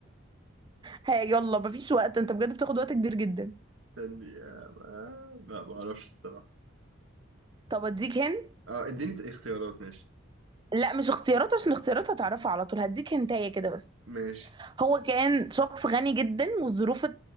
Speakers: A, on the right; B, on the right.
A: ها <laughs> يلا مفيش وقت انت بجد بتاخد وقت كبير جدا
B: استني آه، ما ما اعرفش الصراحه
A: طب اديك هن
B: اه اديني اختيارات ماشي
A: لا مش اختيارات عشان اختيارات هتعرفها على طول هديك هنتايه كده بس
B: ماشي
A: هو كان شخص غني جدا والظروف